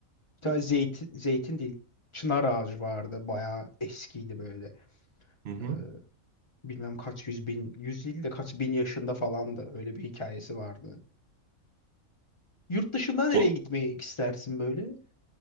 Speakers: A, on the left (about 25°); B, on the right (about 60°).
A: Bir tane zeytin, zeytin değil. Çınar ağacı vardı. Baya eskiydi böyle.
B: Hı hı.
A: Ee, bilmem kaç yüz bin, yüz değil de kaç bin yaşında falandı. Öyle bir hikayesi vardı. Yurt dışında nereye
B: O
A: gitmeyi istersin böyle?